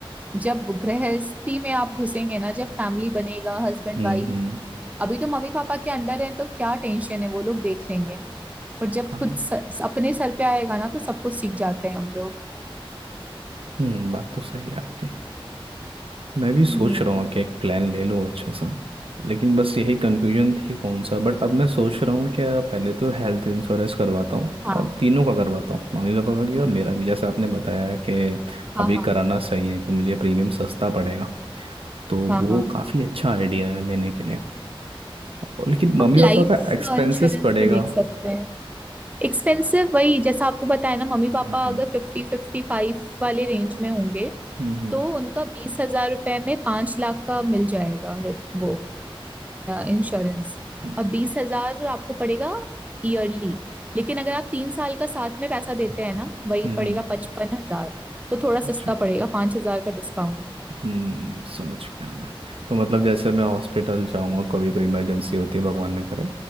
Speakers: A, on the right; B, on the right.
A: जब गृहस्थी में आप घुसेंगे ना जब फैमिली बनेगा हस्बैंड
B: हम्म
A: वाइफ
B: हम्म,
A: अभी तो मम्मी पापा के अंडर हैं तो क्या टेंशन है वो लोग देख लेंगे बट जब
B: हाँ
A: खुद स, अपने सर पे आएगा ना तो सब कुछ सीख जाते हैं हम लोग
B: हम्म बात तो सही है आपकी मैं भी सोच
A: हम्म
B: रहा हूँ कि एक प्लान ले लूँ अच्छा सा लेकिन बस यही कन्फ्यूजन थी कि कौन सा बट अब मैं सोच रहा हूँ क्या पहले तो हेल्थ इंश्योरेंस करवाता हूँ
A: हाँ
B: और तीनों का करवाता हूँ मम्मी पापा का भी और मेरा भी जैसे आपने बताया कि
A: हाँ
B: अभी
A: हाँ
B: कराना सही है कि मुझे प्रीमियम सस्ता पड़ेगा तो
A: हाँ
B: वो
A: हाँ
B: काफ़ी अच्छा आइडिया है लेने के लिए और लेकिन मम्मी
A: आप लाइफ
B: पापा का एक्सपेंसेस
A: इंश्योरेंस
B: पड़ेगा
A: भी देख सकते हैं एक्सपेंसिव वही जैसा आपको बताया ना मम्मी पापा
B: हम्म हम्म
A: अगर फिफ्टी फिफ्टी फाइव वाले रेंज में होंगे
B: हम्म
A: तो उनका बीस हजार रुपए में पांच लाख का मिल जाएगा रिट- वो इंश्योरेंस
B: हम्म
A: और बीस हजार आपको पड़ेगा ईयरली लेकिन अगर आप तीन साल का साथ में पैसा देते हैं ना वही
B: हम्म,
A: पड़ेगा
B: हम्म,
A: पचपन हजार तो थोड़ा सस्ता
B: अच्छा
A: पड़ेगा पांच हजार का डिस्काउंट
B: हम्म समझ गया मैं तो मतलब जैसे मैं हॉस्पिटल जाऊंगा कभी कोई इमरजेंसी होती है भगवान ना करे